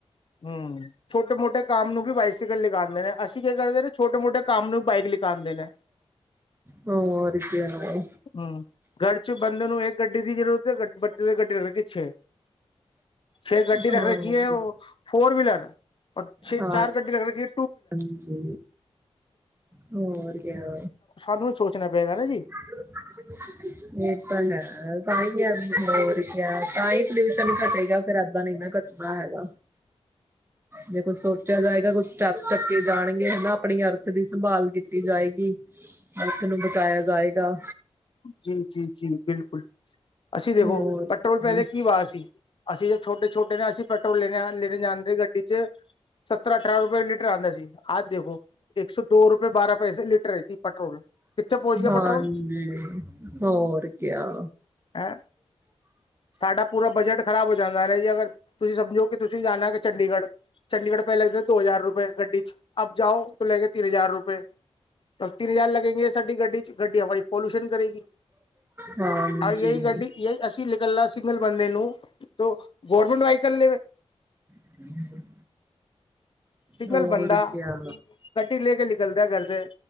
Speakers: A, on the left (about 55°); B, on the right (about 20°).
A: ਹਮ ਛੋਟੇ ਮੋਟੇ ਕੰਮ ਨੂੰ ਵੀ ਬਾਈਸਿਕਲ ਲਗਾਉਂਦੇ ਨੇ ਅਸੀਂ ਕੀ ਕਰਦੇ ਨੇ, ਛੋਟੇ- ਮੋਟੇ ਕੰਮ ਨੂੰ ਬਾਈਕ ਲਿਕਾਉਂਦੇ ਨੇ
B: ਹੋਰ ਕਿਆ
A: ਹਮ, ਘਰ 'ਚ ਬੰਦੇ ਨੂੰ ਇੱਕ ਗੱਡੀ ਦੀ ਜਰੂ ਦੇ ਵੱਡੀ ਗੱਡੀ ਰੱਖ ਰੀ ਛੇ, ਛੇ ਗੱਡੀ ਰੱਖ
B: ਹੋਰ
A: ਰੱਖੀ ਹੈ ਉਹ ਫੋਰ ਵਿਲਰ, ਔਰ ਛੇ
B: ਹਾਂ
A: ਚਾਰ ਗੱਡੀ ਰੱਖ ਰੱਖੀ
B: ਹਾਂਜੀ, ਹੋਰ ਕਿਆ
A: ਸਾਨੂੰ ਸੋਚਣਾ ਪਏਗਾ ਨਾ ਜੀ
B: ਇਹ ਤਾਂ ਹੈ, ਤਾਂਹੀ ਐ ਹੋਰ ਕਿਆ ਤਾਂਹੀ ਪੋਲਿਊਸ਼ਨ ਘਟੇਗਾ, ਫੇਰ ਐਦਾਂ ਨੀ ਨਾ ਘੱਟਨਾ ਹੈਗਾ ਜੇ ਕੁੱਝ ਸੋਚਿਆ ਜਾਏਗਾ ਕੁੱਛ ਅਰਥ ਸਤੇ ਜਾਣਗੇ ਹਨਾ ਆਪਣੀ ਅਰਥ ਦੀ ਸੰਭਾਲ ਕੀਤੀ ਜਾਏਗੀ ਅਰਥ ਨੂੰ ਬਚਾਇਆ ਜਾਏਗਾ
A: ਜੀ- ਜੀ- ਜੀ ਬਿਲਕੁਲ ਅਸੀਂ ਦੇਖੋ
B: ਹੋਰ
A: ਪੈਟਰੋਲ ਪਹਿਲੇ
B: ਜੀ
A: ਕੀ ਵਾਹ ਸੀ ਅਸੀਂ ਜਦ ਛੋਟੇ -ਛੋਟੇ ਨਾ ਅਸੀਂ ਪੈਟਰੋਲ ਲੈਣੇ ਆ ਲੈਣੇ ਜਾਂਦੇ ਗੱਡੀ 'ਚ ਸੱਤਰਾਂ ਅਠਾਰਾਂ ਰੁਪਏ ਲੀਟਰ ਆ ਗਿਆ ਸੀ, ਅਜ ਦੇਖੋ ਇੱਕ ਸੌ ਦੋ ਰੁਪਏ ਬਾਰਾਂ ਪੈਸੇ ਲੀਟਰ ਏ ਜੀ ਪੈਟਰੋਲ ਕਿੱਥੇ ਪਹੁੰਚ ਗਿਆ
B: ਹਾਂਜੀ,
A: ਪੈਟਰੋਲ
B: ਹੋਰ ਕਿਆ
A: ਐੰ, ਸਾਡਾ ਪੂਰਾ ਬਜਟ ਖ਼ਰਾਬ ਹੋ ਜਾਂਦਾ ਹੈ ਨਾ ਜੀ ਅਗਰ, ਤੁਸੀਂ ਸਮਝੋ ਕਿ ਤੁਸੀਂ ਜਾਣਾ ਕਿ ਚੰਡੀਗੜ ਚੰਡੀਗੜ ਪੇ ਲੱਗਦੇ ਦੋ ਹਜ਼ਾਰ ਰੁਪਏ ਗੱਡੀ ਚ, ਅਬ ਜਾਓ ਤੋਂ ਲੈਗੇਗੇਂ ਤੀਨ ਹਜ਼ਾਰ ਰੁਪਏ। ਤਾਂ ਤਿੰਨ ਹਜ਼ਾਰ ਲੱਗੇਂਗੇ ਸਾਡੀ ਗੱਡੀ 'ਚ ਗੱਡੀ ਹਮਾਰੀ ਪੋਲਿਸ਼ਨ ਕਰੇਗੀ।
B: ਹਾਂਜੀ
A: ਔਰ ਯੇ ਈ ਗੱਡੀ ਅਸੀਂ ਨਿਕਲਨਾ ਸਿੰਗਲ ਬੰਦੇ ਨੂੰ, ਗੌਰਮਿੰਟ ਵਾਈਕਲ
B: <unintelligible>
A: ਸਿੰਗਲ
B: ਹੋਰ
A: ਬੰਦਾ
B: ਕਿਆ।
A: ਗੱਡੀ ਲੈ ਕੇ ਨਿਕਲਦੇ ਆ ਘਰ ਸੇ।